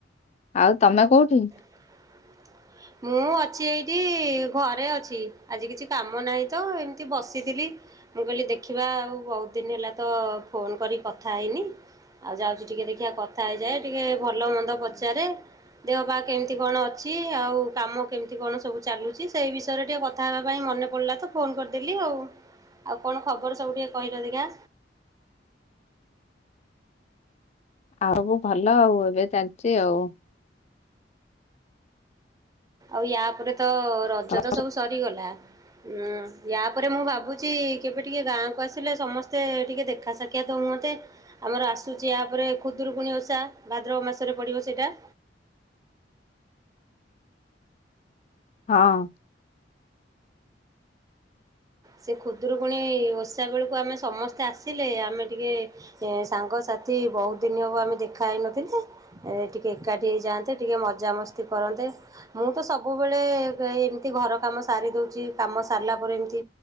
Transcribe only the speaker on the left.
ଆଉ ତମେ କୋଉଠି?
ଆଉ ଭଲ ଆଉ ଏବେ ଚାଲିଛି ଆଉ।
ତମ-
ହଁ।